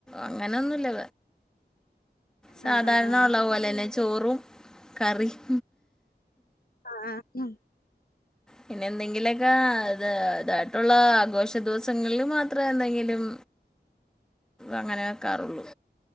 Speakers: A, in the centre; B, on the left.
A: അങ്ങനൊന്നുല്ല സാധാരണ
B: ആ ആ ആ
A: ഇള്ള പോലെ തന്നെ ചോറും കറീം
B: ആഹ് ആഹ്
A: പിന്നെ എന്തെങ്കിലൊക്കെ ഇത് ഇതായിട്ടുള്ള ആഘോഷ ദിവസങ്ങളില് മാത്രേ എന്തെങ്കിലും അങ്ങനെ വെക്കാറൊള്ളു.